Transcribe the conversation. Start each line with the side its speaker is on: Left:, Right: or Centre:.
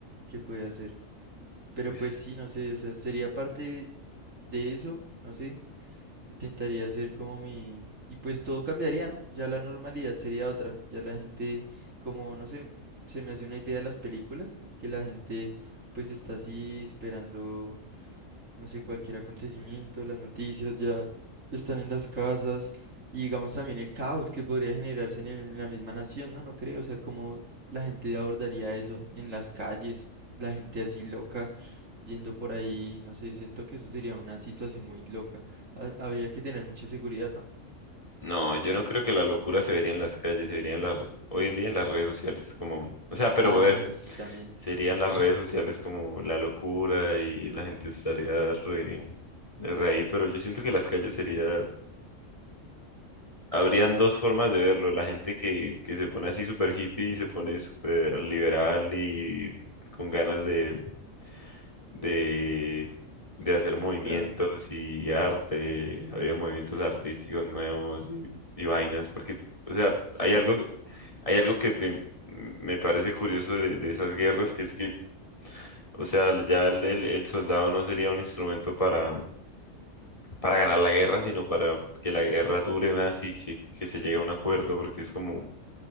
Right: ¿qué puede hacer? Pero
Left: Luis,
Right: pues sí, no sé, o sea, sería parte de eso, no sé Intentaría hacer como mi... Y pues todo cambiaría, ¿no? Ya la normalidad sería otra. Ya la gente, como, no sé, se me hace una idea de las películas, que la gente pues está así esperando, no sé, cualquier acontecimiento, las noticias ya están en las casas y digamos también el caos que podría generarse en, el- en la misma nación, ¿no? No creo, o sea, como la gente abordaría eso en las calles, la gente así loca, yendo por ahí, no sé, siento que eso sería una situación muy loca. Ha- Habría que tener mucha seguridad, ¿no?
Left: No, yo no creo que la locura se vería en las calles, se vería en las, hoy en día en las redes sociales, como, o sea, pero
Right: Ah,
Left: a ver,
Right: bueno, sí, también.
Left: serían las redes sociales como la locura y la gente estaría re, re ahí, pero yo siento que las calles sería, habrían dos formas de verlo, la gente que, que se pone así súper hippie y se pone súper liberal y con ganas de de, de hacer movimientos
Right: Claro,
Left: y arte, había movimientos artísticos nuevos y, y vainas, porque, o sea,
Right: sí,
Left: hay
Right: también.
Left: algo, hay algo que me, me parece curioso de, de esas guerras, que es que, o sea, ya el, el- el soldado no sería un instrumento para, para ganar la guerra, sino para que la guerra dure más y que, que se llegue a un acuerdo, porque es como...